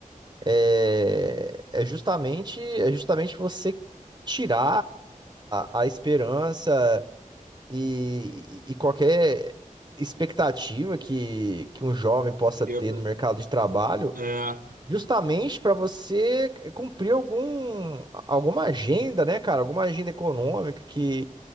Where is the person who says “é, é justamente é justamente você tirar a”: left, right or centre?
Right